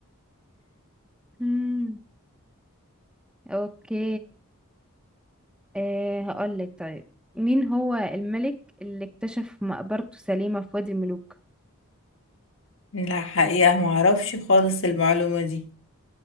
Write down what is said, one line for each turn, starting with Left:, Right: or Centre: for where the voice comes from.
Centre: <laughs> مم. اوكي أه هقولك طيب مين هو الملك اللي اكتشف مقبرته سليمة في وادي الملوك
Left: <laughs> لا حقيقة معرفش خالص المعلومة دي